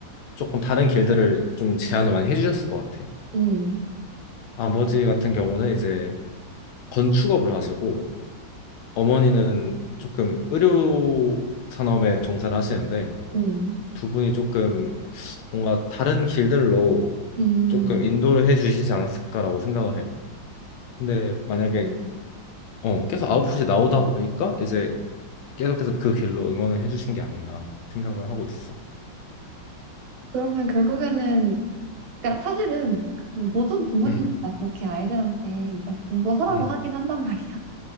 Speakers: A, on the left; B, on the right.
A: 조금 다른 길들을 좀 제안을 많이 해주셨을 것 같아.
B: 음,
A: 아버지 같은 경우는 이제 건축업을 하시고 어머니는 조금 의료 산업에 종사를 하시는데
B: 음,
A: 두 분이 조금 뭔가 다른 길들로
B: 음,
A: 조금 인도를
B: 음.
A: 해 주시지 않았을까라고 생각을 해. 근데 만약에
B: 어,
A: 어, 계속 아웃풋이 나오다 보니까 이제 계속해서 그 길로 응원을 해주신 게 아닌가 생각을 하고 있어.
B: 그러면 결국에는, 그러니까 사실은 모든 부모님들
A: 음,
B: 다 그렇게 아이들한테 일단 공부하라고
A: 음,
B: 하긴 한단 말이야.